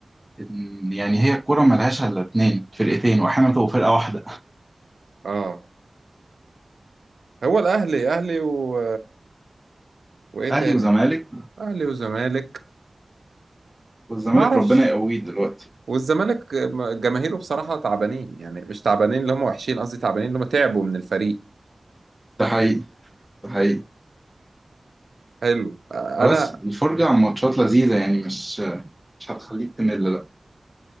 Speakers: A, in the centre; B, on the right.
A: إن يعني هي الكرة ملهاش إلا اتنين فرقتين وأحيانا تبقى فرقة واحدة
B: اه هو الاهلي اهلي و... وايه
A: أهلي
B: تاني
A: وزمالك
B: اهلي وزمالك
A: والزمالك
B: وما اعرفش
A: ربنا يقويه دلوقتي
B: والزمالك جماهيره بصراحه تعبانين يعني مش تعبانين اللي هم وحشين قصدي تعبانين اللي هم تعبوا من الفريق
A: ده حقيقي ده حقيقي
B: حلو انا
A: بس الفرجة على ماتشات لذيذة يعني مش مش هتخليك تمل لا